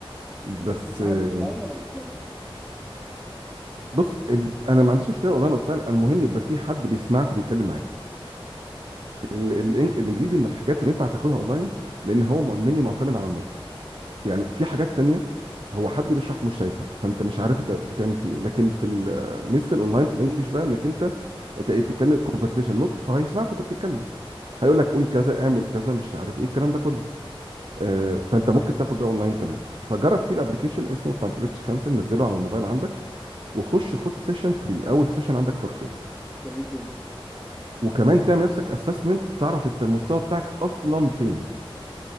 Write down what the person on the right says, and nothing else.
بس
آه،
بص ال... انا ما عنديش مشكله اونلاين اوفلاين المهم يبقى في حد بيسمعك وبيتكلم معاك
ال-
الإنج-
الانجليزي من الحاجات اللي ينفع تاخدها اونلاين لان هو مني معتمد على النطق يعني في حاجات تانية هو حد بيشرح ومش شايفك فانت مش عارف انت بتعمل فيه إيه. لكن في ال- ميزه الاونلاين في الانجليش بقى انك انت انت ايه بتتكلم كونفرسيشن نطق فهيسمعك وانت بتتكلم هيقول لك قول كذا اعمل كذا مش عارف ايه الكلام ده كله آه فانت ممكن تاخد ده اونلاين تمام فجرب فيه الابلكيشن اسمه بتاع البريتش كانسل نزله على الموبايل عندك وخش خد سيشن فري اول سيشن عندك فور فري
وكمان تعمل نفسك اسسمنت تعرف انت المستوى بتاعك اصلا فين